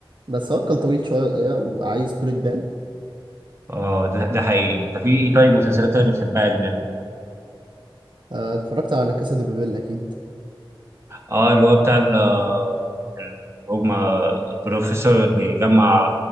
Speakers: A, on the right; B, on the right.
A: بس هو كان طويل شوية وعايز طولة بال
B: اه ده, ده حقيقي طب في ايه طيب مسلسلات
A: امم
B: انا بتحبها يا اجنبي
A: آه، اتفرجت على كاسا دي بابيل أكيد
B: اه اللي هو بتاع ال ال- هم البروفيسور اللي جمع